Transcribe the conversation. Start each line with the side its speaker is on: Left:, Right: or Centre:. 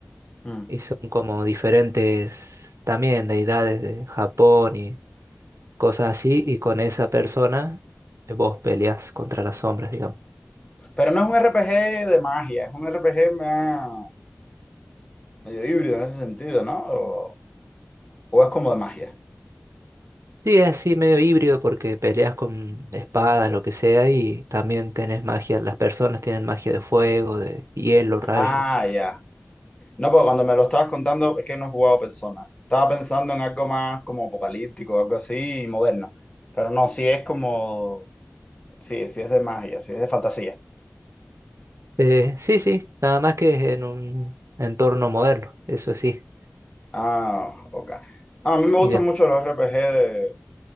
Left: Mm.
Right: Y son como diferentes también deidades de Japón y cosas así, y con esa persona eh, vos peleás contra las sombras, digamos.
Left: Pero no es un RPG de magia, es un RPG más- medio híbrido en ese sentido, ¿no? O, o es como de magia.
Right: Sí, es así medio híbrido porque peleas con espadas, lo que sea, y también tenés magia, las personas tienen magia de fuego, de hielo, rayo.
Left: Ah, ya. No, porque cuando me lo estabas contando es que no he jugado Persona. Estaba pensando en algo más como apocalíptico, algo así, moderno. Pero no, sí es como... Sí, sí es de magia, sí es de fantasía.
Right: Eh, sí, sí, nada más que es en un entorno moderno, eso sí.
Left: Ah, ok. Ah, a mí me
Right: ¿Y
Left: gustan
Right: después
Left: mucho los RPG de,